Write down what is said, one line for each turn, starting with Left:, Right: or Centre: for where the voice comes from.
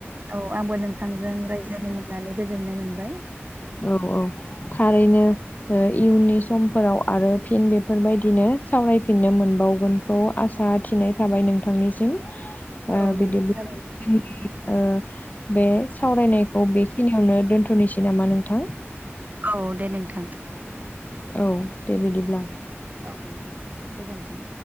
Right: औ आंबो नोंथांजों रायज्लायनो मोननानै गोजोननाय मोनबाय
Left: औ औ थारैनो ओ इयुननि समफोराव आरो फिन बेफोरबायदिनो सावरायफिननो मोनबावगोन खौ आसा थिनाय थाबाय नोंथांनिसिम ओ
Right: औ
Left: बिदिब्ला
Right: नोंथां
Left: <inaudible> ओ बे सावरायनायखौ बेखिनियावनो दोनथ'नोसै नामा नोंथां?
Right: औ दे नोंथां।
Left: औ दे बिदिब्ला
Right: औ गोजोन्थों